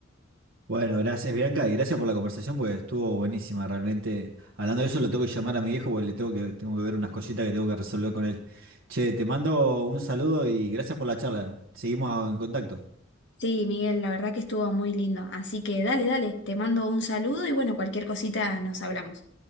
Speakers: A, on the right; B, on the left.
A: Bueno, gracias Bianca y gracias por la conversación porque estuvo buenísima realmente. Hablando de eso, lo tengo que llamar a mi viejo porque le tengo que, tengo que ver unas cositas que tengo que resolver con él. Che, te mando un saludo y gracias por la charla. Seguimos en contacto.
B: Sí, Miguel, la verdad que estuvo muy lindo. Así que dale, dale, te mando un saludo y bueno, cualquier cosita nos hablamos.